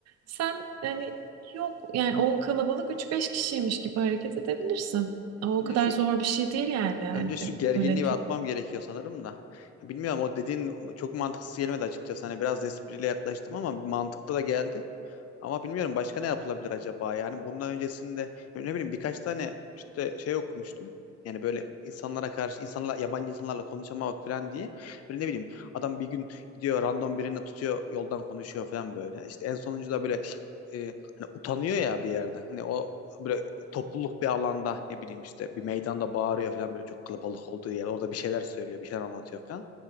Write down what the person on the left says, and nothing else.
Önce
şu
Önce şu gerginliği
bir atmam gerekiyor sanırım da. Ya bilmiyorum o dediğin çok mantıksız gelmedi açıkçası. Hani biraz da espriyle yaklaştım ama mantıklı da geldi. Ama bilmiyorum başka ne yapılabilir acaba? Yani bundan öncesinde ne bileyim birkaç tane işte şey okumuştum. Yani böyle insanlara karşı insanlar yabancı insanlarla konuşamamak falan diye. Böyle ne bileyim adam bir gün gidiyor random birini tutuyor yoldan konuşuyor falan böyle. İşte en sonuncu da böyle e, hani utanıyor ya bir yerde. Hani o böyle topluluk bir alanda ne bileyim işte bir meydanda bağırıyor falan böyle çok kalabalık olduğu yer orada bir şeyler söylüyor bir şeyler anlatıyor falan.